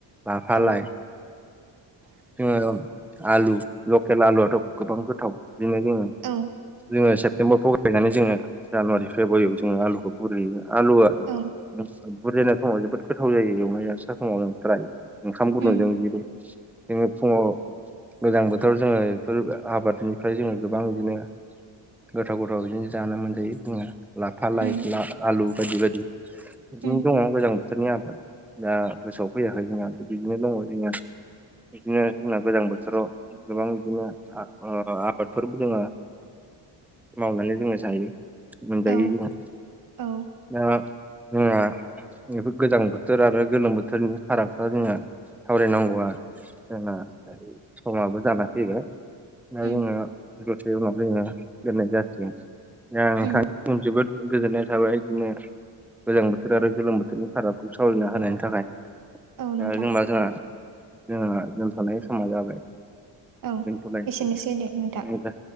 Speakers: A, in the centre; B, on the right.
A: लाफा लाय
B: औ
A: जों आलु लकेल आलुआथ' गोबां गोथाव बिदिनो जोङो
B: औ
A: जोङो सेप्तेम्बराव थगायैनानै जोङो जानुवारि फेब्रुवारियाव जोङो आलु गुरै आलुवा
B: औ
A: बुरजायनाय समाव जोबोद गोथाव जायो एवनाय जास्रा समाव जों फ्राय ओंखाम गुन्दुंजों
B: उम
A: जेरै जोङो फुङाव गोजां बोथोराव जोङो बेफोर आबादनिफ्राय जोङो गोबां बिदिनो गोथाव गोथाव बिदिनो जानो मोनजायो बुङो लाफा लाइ
B: उम
A: आलु बायदि बायदि बिदिनो
B: उम
A: दङ गोजां बोथोरनि आबाद दा बसफैयाखै जङ बिदिनो दङ बिदिङ बिदिनो जोंना गोजां बोथोराव गोबां बिदिनो आबादफोरबो दोङो मावनानै जोङो जायो मोनजायो
B: औ
A: जों
B: औ
A: दा जोंना बेफोर गोजां बोथोर आरो गोलोम बोथोरनि फाराग दा जोंङो सावरायनांगौआ जोंना समाबो जाना फैबाय दा
B: उम
A: जोङो जथाय उनाव जोङो लोननाय जायासै आं
B: उम
A: थां सम जोबोद गोजोननाय थाबाय बिदिनो गोजां बोथोर आरो गोलोम बोथोरनि फारागखौ सावरायना होनायनि थाखाय
B: औ
A: द
B: नोंथां
A: जेनबा जोंहा जोंहा लोमस समा जाबाय
B: औ
A: थायसैज
B: एसेनोसै दे नोंथां।